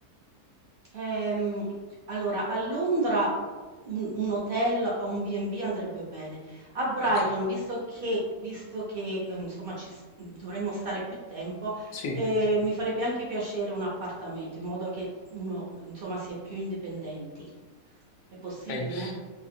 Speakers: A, on the right (about 65°); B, on the left (about 70°).
A: Ehm, allora a Londra un un hotel o un B&B andrebbe bene. A Brighton,
B: Ok,
A: visto che visto che, ehm, insomma ci s dovremmo stare più tempo,
B: sì.
A: ehm, Sì. mi farebbe anche piacere un appartamento, in modo che uno, insomma, si è più indipendenti. È possibile?
B: ok.